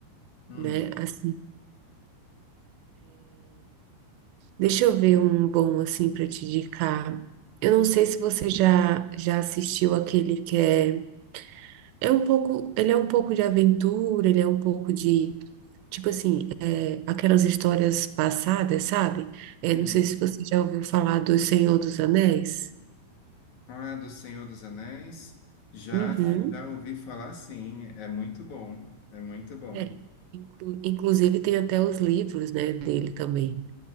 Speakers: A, on the left; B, on the right.
A: Hum,
B: né? Assim, deixa eu ver um bom assim para te indicar. Eu não sei se você já já assistiu aquele que é é um pouco, ele é um pouco de aventura, ele é um pouco de tipo assim, é, aquelas histórias passadas, sabe? É,
A: sim.
B: não sei se você já ouviu falar do Senhor dos Anéis.
A: Ah, do Senhor dos Anéis. Já,
B: Uhum.
A: já ouvi falar, sim. É muito bom. É muito bom.
B: É. Inclu- Inclusive tem até os livros, né, dele também.